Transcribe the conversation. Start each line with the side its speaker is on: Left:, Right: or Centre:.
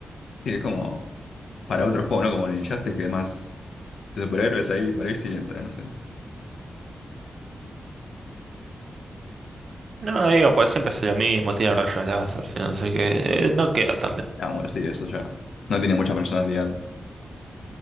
Left: Y es como para otro juego, ¿no? Como el Injustice, que es más de superhéroes ahí, por ahí sí entra, no sé.
Right: No, digo, pues siempre hace lo mismo, tiene rayos láser, si no sé qué, eh, no queda tan bien.
Left: Ah, bueno, sí, eso ya. No tiene mucha personalidad